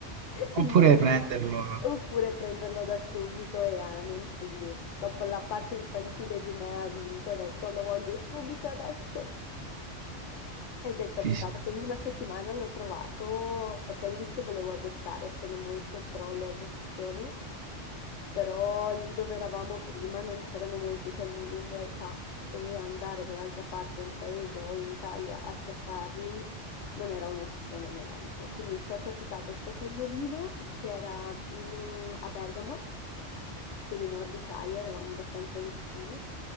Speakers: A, on the left (about 90°); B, on the right (about 60°).
A: in
B: Oppure
A: modo
B: prenderlo.
A: da... oppure prenderlo da subito e amen, quindi purtroppo la parte infantile di me ha vinto, ha detto lo voglio subito adesso. Ed è capitato
B: Sì,
A: che in una settimana l'ho trovato perché all'inizio volevo adottare, sono molto pro le adozioni, però lì dove eravamo prima non c'erano molti canili in realtà e andare dall'altra parte del paese o in Italia a cercarli non era un'opzione neanche. Quindi ci è capitato sto cagnolino che era in un- a Bergamo, quindi nord Italia, eravamo abbastanza vicini,